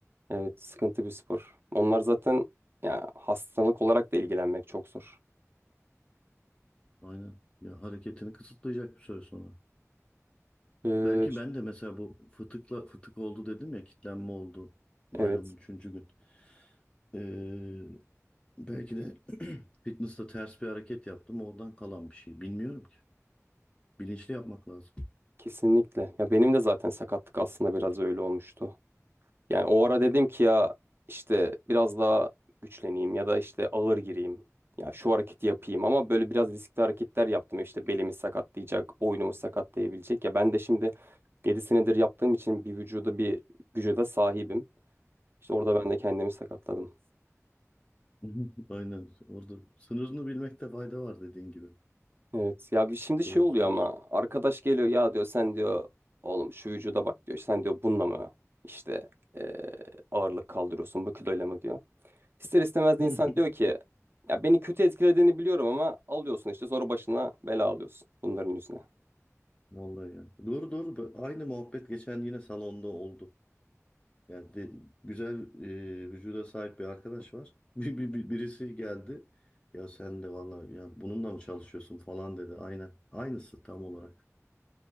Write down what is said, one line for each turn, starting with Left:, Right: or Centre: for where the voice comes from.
Right: Evet, sıkıntı bir spor. Onlar zaten ya hastalık olarak da ilgilenmek çok zor.
Left: Aynen. Ya hareketini kısıtlayacak bir süre sonra.
Right: Ee,
Left: Belki
Right: ş-
Left: ben de mesela bu fıtıkla fıtık oldu dedim ya kitlenme oldu bayramın
Right: evet,
Left: üçüncü gün. Ee, belki de <clears throat> fitness'ta ters bir hareket yaptım oradan kalan bir şey. Bilmiyorum ki. Bilinçli yapmak lazım.
Right: kesinlikle. Ya benim de zaten sakatlık aslında biraz öyle olmuştu. Yani o ara dedim ki ya işte biraz daha güçleneyim ya da işte ağır gireyim. Ya şu hareketi yapayım ama böyle biraz riskli hareketler yaptım. İşte belimi sakatlayacak, boynumu sakatlayabilecek. Ya ben de şimdi 7 senedir yaptığım için bir vücuda bir güce de sahibim. İşte orada ben de kendimi sakatladım.
Left: <laughs> Hı hı, Aynen. Orada sınırını bilmekte fayda var dediğin gibi.
Right: Evet ya bir şimdi şey
Left: Doğru
Right: oluyor
Left: söylüyorsun.
Right: ama arkadaş geliyor ya diyor sen diyor oğlum şu vücuda bak diyor sen diyor bununla mı işte eee, ağırlık kaldırıyorsun bu kiloyla mı diyor. İster istemez
Left: <laughs>
Right: de insan diyor ki ya beni kötü etkilediğini biliyorum ama alıyorsun işte sonra başına bela alıyorsun bunların yüzüne.
Left: Vallahi ya. Doğru doğru. Bö- Aynı muhabbet geçen yine salonda oldu. Yani de- güzel e, vücuda sahip bir arkadaş var. <laughs> Bir, bir, bir- birisi geldi. Ya sen de vallahi ya bununla mı çalışıyorsun falan dedi. Aynen. Aynısı tam olarak.